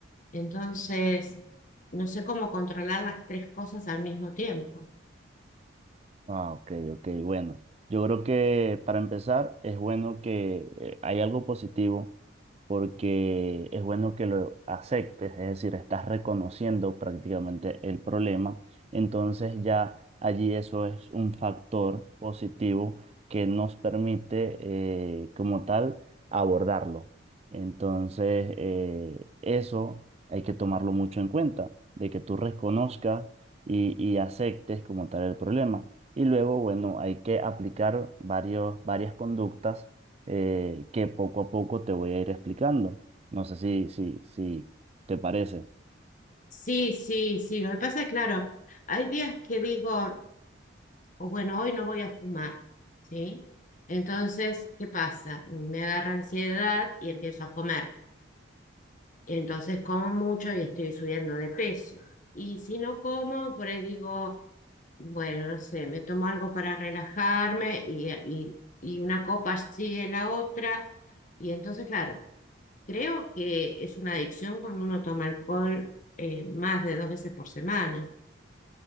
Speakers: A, on the left (about 40°); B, on the right (about 30°).
A: Entonces, no sé cómo controlar las tres cosas al mismo tiempo.
B: Ah, ok, ok, bueno. Yo creo que para empezar es bueno que eh, hay algo positivo porque es bueno que lo aceptes, es decir, estás reconociendo prácticamente el problema, entonces ya allí eso es un factor positivo que nos permite eh, como tal abordarlo. Entonces, eh, eso hay que tomarlo mucho en cuenta, de que tú reconozcas y, y aceptes como tal el problema. Y luego, bueno, hay que aplicar varios, varias conductas eh, que poco a poco te voy a ir explicando. No sé si, si, si te parece.
A: Sí, sí, sí. Lo que pasa es, claro, hay días que digo... o bueno, hoy no voy a fumar, ¿sí? Entonces, ¿qué pasa? Me agarra ansiedad y empiezo a comer. Entonces como mucho y estoy subiendo de peso. Y si no como, por ahí digo, bueno, no sé, me tomo algo para relajarme y, y, y una copa sigue la otra. Y entonces, claro, creo que es una adicción cuando uno toma alcohol eh, más de dos veces por semana.